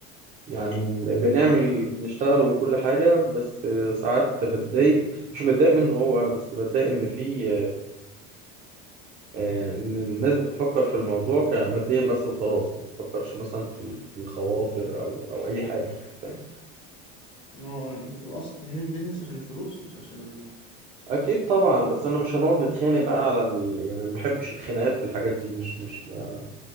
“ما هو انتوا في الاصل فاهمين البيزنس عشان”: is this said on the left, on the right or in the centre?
Left